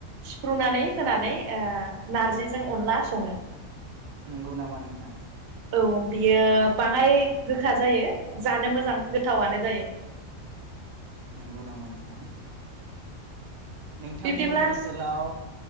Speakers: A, on the right (about 60°); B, on the right (about 75°).
A: सिफ्रुनानै होनानै ओ नारजिजों अनला सङो।
B: नंगौ नामा नोंथां
A: औ बियो बाङाय गोखा जायो जानो मोज मोजां गोथावनो जायो।
B: नंगौ नामा नोंथां नोंथांमोननि
A: बिब्दिब्ला
B: ओनसोलाव